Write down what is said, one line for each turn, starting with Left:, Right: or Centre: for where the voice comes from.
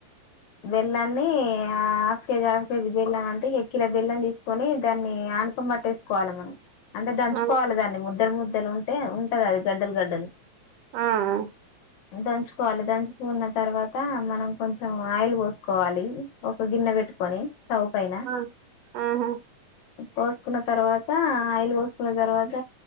Left: బెల్లాన్ని ఇ హాఫ్ కేజీ హాఫ్ కేజీ బెల్లం అంటే ఇగ కిల బెల్లం తీసుకొని దాన్ని ఆనుకం బట్టేసుకోవాలి మనం అంటే దంచుకోవాలే
Right: ఆ
Left: దాన్ని ముద్దలు ముద్దలు ఉంటే ఉంటది అది గడ్డలు గడ్డలు
Right: ఆ ఆ
Left: దంచుకోవాలి దంచుకున్న తర్వాత మనం కొంచెం ఆయిల్ పోసుకోవాలి ఒక గిన్నె పెట్టుకొని స్టవ్ పైన
Right: ఆ ఆహా
Left: పోసుకున్న తర్వాత ఆయిల్ పోసుకున్న తర్వాత